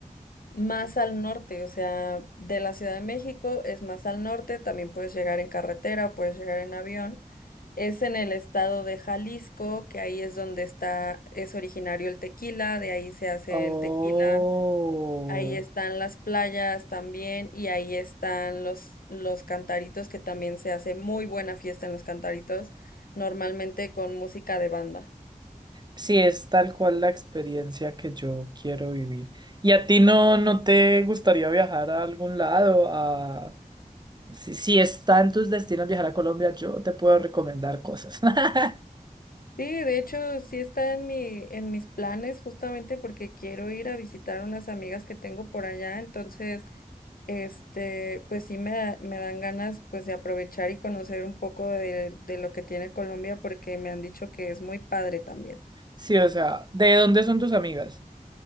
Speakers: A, on the left; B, on the right.
A: Más al norte, o sea, de la Ciudad de México es más al norte, también puedes llegar en carretera, puedes llegar en avión. Es en el estado de Jalisco, que ahí es donde está, es originario el tequila, de ahí se hace
B: Oh,
A: el tequila, ahí están las playas también y ahí están los, los cantaritos, que también se hace muy buena fiesta en los cantaritos, normalmente con música de banda.
B: sí, es tal cual la experiencia que yo quiero vivir. ¿Y a ti no, no te gustaría viajar a algún lado? A... Si, si está en tus destinos viajar a Colombia, yo te puedo recomendar cosas. <laughs>
A: Sí, de hecho, sí está en mi, en mis planes justamente porque quiero ir a visitar unas amigas que tengo por allá, entonces, este, pues sí me, da- me dan ganas pues de aprovechar y conocer un poco de, de lo que tiene Colombia porque me han dicho que es muy padre también.
B: Sí, o sea, ¿de dónde son tus amigas?